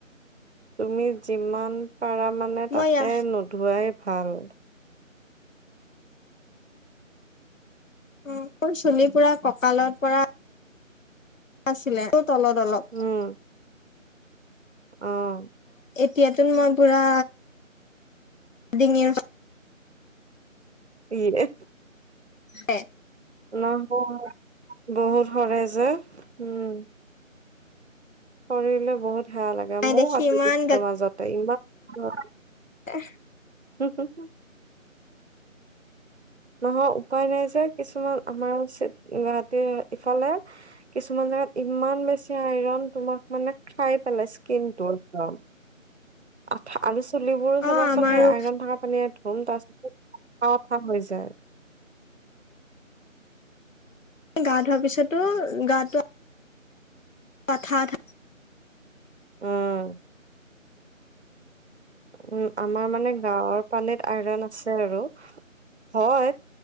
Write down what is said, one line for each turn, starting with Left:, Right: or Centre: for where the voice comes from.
Right: তুমি যিমান। পাৰা মানে
Left: মই
Right: তাতে
Left: ইয়া
Right: নোধোৱাই।। ভাল।
Left: মোৰ চুলি পোৰা কঁকালত পৰা আছিলে। তলত অলপ।
Right: উম অ,
Left: তেতিয়াতুন মই পুৰা। ডিঙিৰ কাষ।
Right: ই য়ে
Left: থাকে।
Right: নহ বহুত সৰে যে, উম সৰিলে বহুত। বেয়া লাগে
Left: নাই
Right: ময়ো
Left: দেখি
Right: কাটি
Left: ইমান
Right: দিছিলোঁ মাজতে ইমান। হয়
Left: এহ
Right: উম হুম হু নহয় উপায় নাই যে কিছুমান আমাৰ গুৱাহাটী ইফালে কিছুমান জেগাত ইমান বেছি আইৰন তোমাক মানে খাই পেলাই স্কিন টো একদম আ আৰু তুলিবোৰো
Left: অ
Right: চাবাচোন
Left: আমাৰো
Right: সেই আইন থকা পানীয়ে ধুম ত খা খোৱা হৈ যায়
Left: গা ধোৱাৰ পিছতো গাটো আথা আথা
Right: উম উম আমাৰ মানে গাঁৱৰ পানীত আইৰন আছে আৰু হয়